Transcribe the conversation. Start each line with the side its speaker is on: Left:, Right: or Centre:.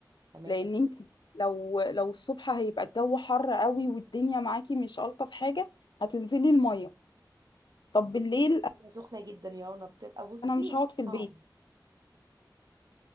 Right: تمام
Left: لأن انت لو لو الصبح هيبقى الجو حر قوي والدنيا معاكي مش ألطف حاجة هتنزلي المية طب بالليل
Right: بتبقى سخنه جدا يا رنا بتبقى بصي
Left: أنا مش هقعد
Right: صعبه
Left: في البيت